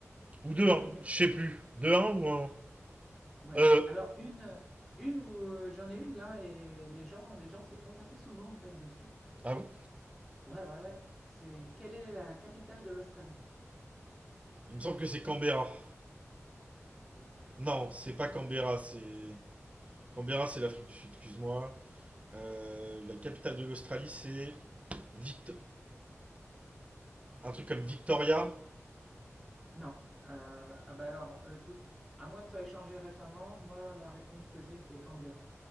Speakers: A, on the right; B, in the centre.
A: 1 ou deux
B: <laughs>
A: un je sais plus. Deux un ou un un?
B: Ouais.
A: Euh.
B: Alors, une, une où euh, j'en ai une là, et les gens, les gens se trompent assez souvent en fait dessus.
A: Ah bon
B: Ouais, ouais, ouais. C'est quelle est la capitale de l'Australie?
A: Il me semble que c'est Canberra.
B: Canberra.
A: Non,
B: Ouais,
A: c'est
B: je.
A: pas Canberra, c'est. Canberra, c'est l'Afrique du Sud, excuse-moi. Euh, la capitale de l'Australie, c'est. Victo- Un truc comme Victoria.
B: Non. Euh, ah bah alors, euh, écoute, à moins que ça ait changé récemment, moi la réponse que j'ai c'est Canberra.